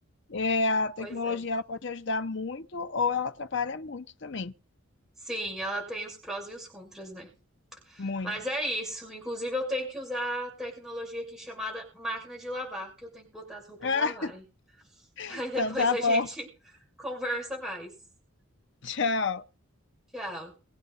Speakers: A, on the left; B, in the centre.
A: É, a tecnologia
B: Pois é.
A: ela pode ajudar muito ou ela atrapalha muito também.
B: Sim, ela tem os prós e os contras, né?
A: Muito.
B: Mas
A: <laughs>
B: é isso. Inclusive, eu tenho que usar a tecnologia aqui chamada máquina de lavar, que eu tenho que botar as roupas
A: Ah,
B: lavarem.
A: então
B: <laughs> Aí depois
A: tá
B: a gente
A: bom.
B: conversa mais.
A: Tchau.
B: Tchau.